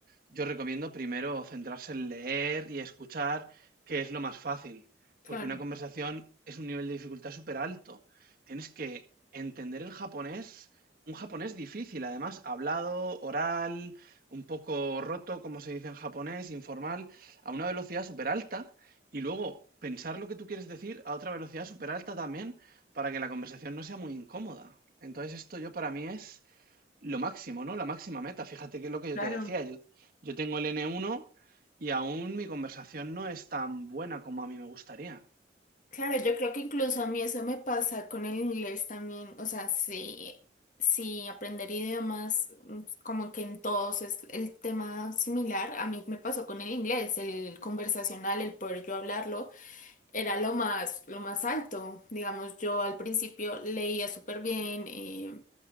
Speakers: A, on the right (about 50°); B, on the left (about 45°).
A: yo recomiendo primero centrarse en leer y escuchar, que es lo más fácil,
B: Claro.
A: porque una conversación es un nivel de dificultad súper alto. Tienes que entender el japonés, un japonés difícil, además, hablado, oral, un poco roto, como se dice en japonés, informal, a una velocidad súper alta, y luego pensar lo que tú quieres decir a otra velocidad súper alta también, para que la conversación no sea muy incómoda. Entonces, esto yo para mí es lo máximo, ¿no? La máxima meta. Fíjate que es lo que yo
B: Claro.
A: te decía. Yo, yo tengo el N1 y aún mi conversación no es tan buena como a mí me gustaría.
B: Claro, yo creo que incluso a mí eso me pasa con el inglés también, o sea, sí, sí, aprender idiomas, mm, como que en todos es el tema similar, a mí me pasó con el inglés, el conversacional, el poder yo hablarlo, era lo más, lo más alto, digamos, yo al principio leía súper bien, eh,